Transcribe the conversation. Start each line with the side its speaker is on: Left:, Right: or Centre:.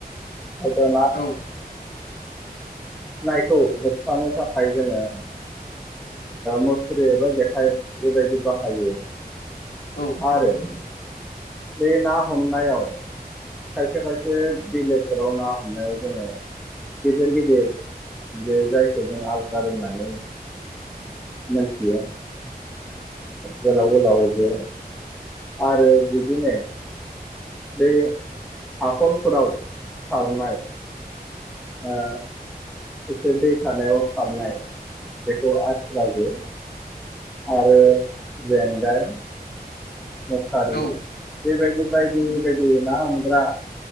Centre: <unintelligible>
Left: औ
Centre: नायखौ होबथानो थाखाय जोङो मुस्रि एबा जेखाइ बेबायदि बाहायो
Left: औ
Centre: आरो
Left: नंगौ नंगौ
Centre: बे ना हमनायाव खायसे खायसे बिलोफोराव ना हमनायाव जोङो गिदिर गिदिर बे जायखौ जों आवथार होननानै मोनथियो गोलाव गोलाव जे आरो बिदिनो बे हाखरफोराव सारनाय ओ एसे दै सानायाव सारनाय बेखौ आस्रा जे आरो जेंगाय मुसारि
Left: औ
Centre: बेबायदि बायदि बेबायदि ना हमग्रा